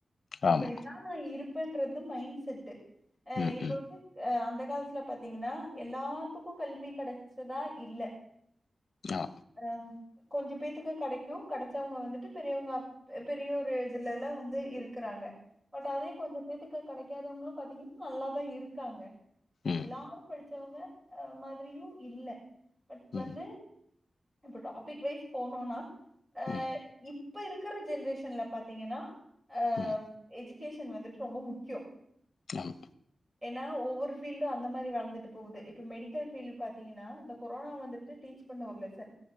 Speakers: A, on the right; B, on the left.
A: இப்பிடித்தா
B: ஆமா.
A: நா இருப் இருப்பண்றது மைண் செட்டு அ
B: ம்.
A: இப்ப
B: ம்.
A: வந்து அ அந்த காலத்ல பாத்தீங்கன்னா எல்லாத்துக்கு கல்வி கெடைச்சதா இல்ல
B: ஆ.
A: <unintelligible> கொஞ்ச பேத்துக்கு கிடைக்கும் கிடைச்சவங்க வந்துட்டு பெரியவங்க பெரி பி ஒரு இதுல எல்லா வந்து இருக்கிறாங்க பட் அதே கொஞ்ச பேத்துக்க கிடைக்காதவங்களு பாத்தீங்கன்னா நல்லாதா இருக்காங்க
B: ம்.
A: எல்லாரு படிச்சவங்க அ மாதிரியும் இல்ல பட்
B: ம்.
A: வந்து இப்ப டாபிக் வைஸ் போனோன்னா அ
B: ம்,
A: இப் இப்ப இருக்கிற ஜென்ரேஷன் ச்சன்ல பாத்தீங்கன்னா அ
B: ம்.
A: ஏஜி க்கேஷன் வந்துட்டு ரொம்ப முக்கியோ
B: மேம்
A: ஏன்னா ஒவ்வொரு பபீல்டும் அந்த மாரி வளந்துட்டு போகுது இப்ப மெடிக்கல் ஃபீல்டு பாத்தீங்கன்னா இந்த கொரோனா வந்துட்டு டீச் பண்ண ஒரு லெசன்